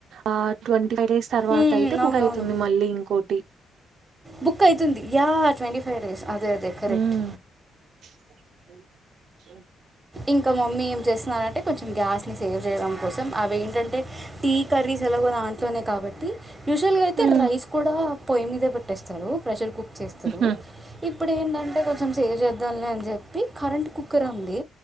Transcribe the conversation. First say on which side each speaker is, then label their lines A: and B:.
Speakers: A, on the right; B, on the right.
A: ఆ ట్వ ఫైవ్ డేస్ తర్వాత
B: హ్మ్. హ్మ్.
A: అయితే బుక్
B: అవునవును.
A: అవుతుంది మళ్ళీ ఇంకోటి
B: బుక్ అయితుంది యా ట్వంటీ ఫైవ్ డేస్ అదే అదే కరెక్ట్
A: ఊమ్ <unintelligible>
B: ఇంకా మమ్మీ ఏం చేస్తున్నానంటే కొంచెం గ్యాస్ని సేవ్ చేయడం కోసం అవి ఏంటంటే టీ కర్రీస్ ఎలాగో దాంట్లోనే కాబట్టి యూజువల్గా అయితే
A: ఊమ్
B: రైస్ కూడా పొయి మీీదా ట్టేస్తారు ప్రెషర్ కుక్ చేస్తారు
A: ఊహు
B: ఇ ఇప్పుడు ఏంటంటే కొంచెం సేవ్ చేద్దాలని అని చెప్పి కరెంట్ కుక్కర్ ఉంది